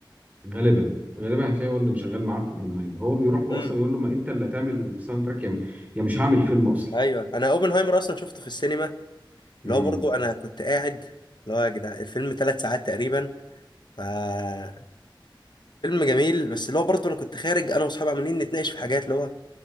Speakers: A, on the right; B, on the left.
A: غالبا غالبا هتلاقي هو اللي شغال معاه في اوبنهايمر هو بيروح له
B: امم
A: اصلا يقول له ما انت اللي هتعمل ساوند تراك يا يا مش هعمل فيلم اصلا
B: ايوه انا اوبنهايمر اصلا شفته في السينما
A: امم
B: اللي هو برضو انا كنت قاعد اللي هو يا جدع الفيلم ثلاث ساعات تقريبا فالفيلم جميل بس اللي هو برضو انا كنت خارج انا واصحابي عمالين نتناقش في حاجات اللي هو